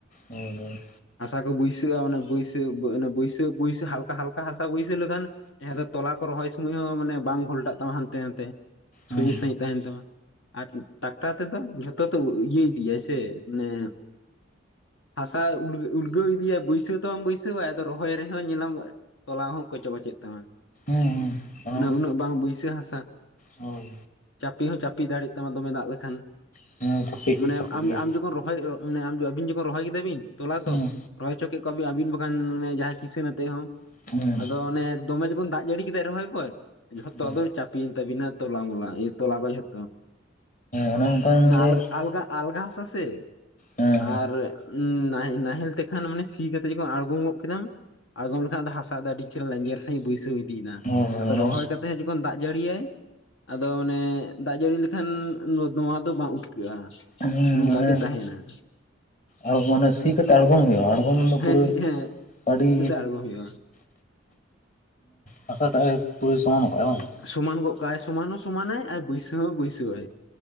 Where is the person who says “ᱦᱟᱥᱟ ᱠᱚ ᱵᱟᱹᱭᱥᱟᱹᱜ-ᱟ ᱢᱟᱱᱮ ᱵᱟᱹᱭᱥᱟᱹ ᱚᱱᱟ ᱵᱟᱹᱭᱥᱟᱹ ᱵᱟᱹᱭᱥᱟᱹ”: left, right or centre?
Left